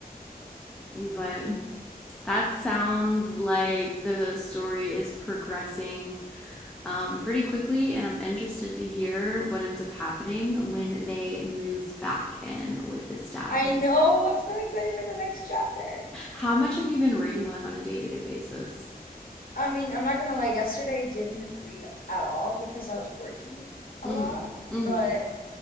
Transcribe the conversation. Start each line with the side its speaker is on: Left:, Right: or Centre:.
Centre: But that sounds like the story is progressing um, pretty quickly, and I'm interested to hear what ends up happening when they move back in with his dad.
Left: I know. I'm so excited for the next chapter.
Centre: How much have you been reading like on a day to day basis?
Left: I mean, I'm not gonna lie, yesterday I didn't read at all because I was working a
Centre: Mm-hmm.
Left: lot,
Centre: Mm-hmm.
Left: but